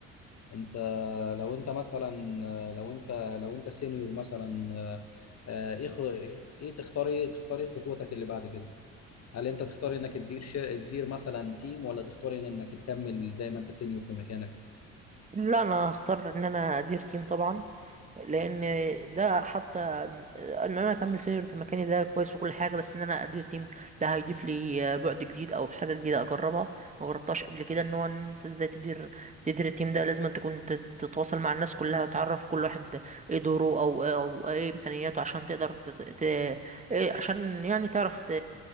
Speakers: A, on the left (about 45°); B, on the right (about 20°).
A: انت لو انت مثلا لو انت لو انت سينيور مثلا آه، ايه خ- ايه تختار ايه تختار ايه خطوتك اللي بعد كده هل انت تختار انك تدير شر... تدير مثلا تيم ولا تختار انك تكمل زي ما انت سينيور في مكانك
B: لا انا هختار ان انا ادير تيم طبعا لان ده حتى ان انا اكمل سينيور في مكاني ده كويس وكل حاجه بس ان انا ادير تيم ده هيضيف لي بعد جديد او حاجه جديده اجربها ما جربتهاش قبل كده ان هو ان انت ازاي تدير تدير التيم ده لازم أنت تكون تت- تتواصل مع الناس كلها وتعرف كل واحد ايه دوره او إيه، او ايه امكانياته عشان تقدر تت- ت... إيه عشان يعني تعرف ت...